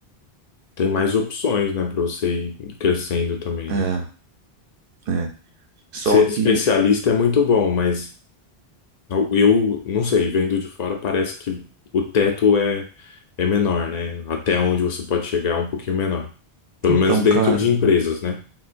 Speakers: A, on the left (about 55°); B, on the right (about 65°).
A: tem mais opções, né, pra você ir crescendo também,
B: É,
A: né?
B: é. Só
A: Ser
B: que,
A: especialista é muito bom, mas eu não sei, vendo de fora parece que o teto é, é menor, né? Até onde você pode chegar é um pouquinho menor. Pelo
B: então,
A: menos dentro
B: cara,
A: de empresas, né?